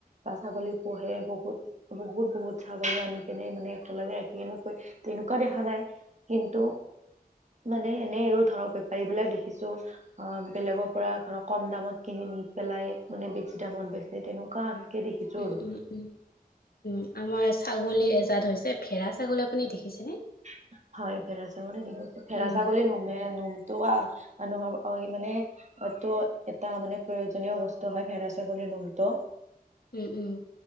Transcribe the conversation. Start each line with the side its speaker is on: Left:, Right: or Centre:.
Right: বা ছাগলী পুহে বহুত বহুত বহুত চাগলী আনি কেনে মানে একেলগে। নেকৈ তেনেকুৱা দেখা নাই কিন্তু। মানে এনেই আৰু ধৰক বেপাৰী বিলাক দেখিছো অ বেলেগৰ পৰা ধৰক কম দামত কিনি নি পেলাই মানে বেছি দামত বেচে তেনেকুৱা দেখিছো
Left: উম
Right: আৰু
Left: উম উম উম আমাৰ চাগল ছাগলীৰ এজাত হৈছে ভেৰা ছাগলী আপুনি দেখিছেনে?
Right: <inaudible> হয় ভেডা ছাগলী দিছে ভেডা
Left: উম
Right: ছাগলী নুমে নোমতো মানুহৰ মানে হয়তো এটা মানে প্ৰয়োজনীয় বস্তু হয় ভেড়া ছাগলীৰ নোমটো
Left: উম উম